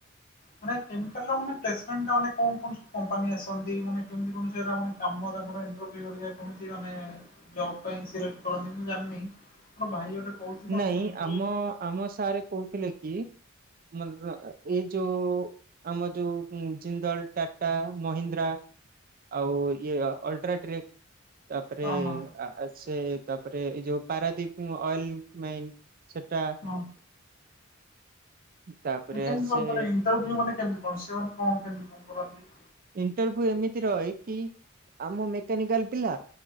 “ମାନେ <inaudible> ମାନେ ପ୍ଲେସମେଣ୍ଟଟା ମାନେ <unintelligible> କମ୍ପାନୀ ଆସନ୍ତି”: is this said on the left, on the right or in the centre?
Left